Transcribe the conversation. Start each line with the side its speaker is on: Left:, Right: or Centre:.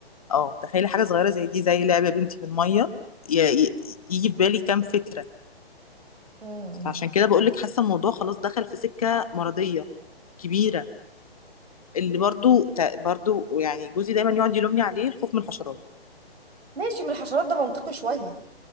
Left: اه تخيلي حاجه صغيره زي دي زي لعبه بنتي بالميه ي- ي- يجي في بالي كام فكره
Right: مم.
Left: فعشان كده بقول لك حاسه الموضوع خلاص دخل في سكه مرضيه كبيره اللي برضو برضو يعني جوزي دايما يقعد يلومني عليه الخوف من الحشرات
Right: ماشي من الحشرات ده منطقي شوية